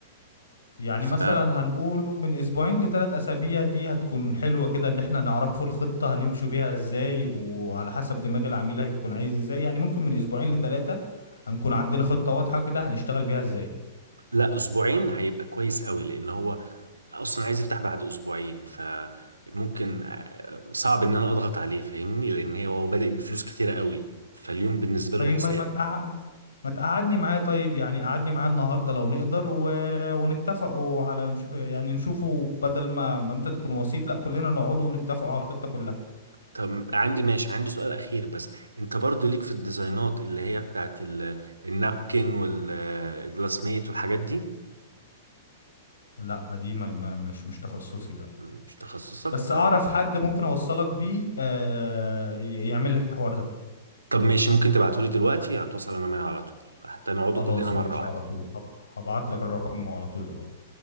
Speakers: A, on the left; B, on the right.
A: يعني
B: ف
A: مثلا هنقوله من اسبوعين لثلاث اسابيع دي هتكون حلوة كده اللي احنا نعرفه الخطة هنمشوا بيها ازاي وعلى حسب دماغ العميل هيكون عايز ازاي يعني ممكن من اسبوعين لثلاثة هنكون عندنا خطة واضحة كده هنشتغل بيها ازاي
B: لا اسبوعين هيبقى كويس قوي لان هو اصلا عايز يفتح بعد اسبوعين فممكن آه، صعب ان انا اضغط عليه فاهمني لان هي- هو بادئ بفلوس كتيره قوي فاليوم بالنسبه
A: طيب
B: له بحساب
A: ما ما تقع... ما تقعدني معاه طيب يعني قعدني معاه النهاردة لو نقدر و... ونتفقوا على نش... يعني نشوفوا بدل ما ما انت تكون وسيط لا كلنا نقعدوا ونتفقوا على الخطة كلها
B: طب عندي ماشي عندي سؤال اخير بس انت برضو ليك في الديزاينات اللي هي بتاعت ال- النابكن والجلاس ميت والحاجات دي
A: لا دي ما... ما... مش مش تخصصي لا
B: مش تخصصك
A: بس
B: طيب
A: اعرف حد ممكن اوصلك بيه آه ي- يعمل لك الحوار ده
B: طب ماشي ممكن تبعتولي دلوقتي هتوصل انا معايا على طول حتى نقعدوا
A: خلاص
B: كلنا مره
A: ماشي
B: واحده
A: على طول هب- هبعت
B: تمام
A: لك رقمه على طول دلوقتي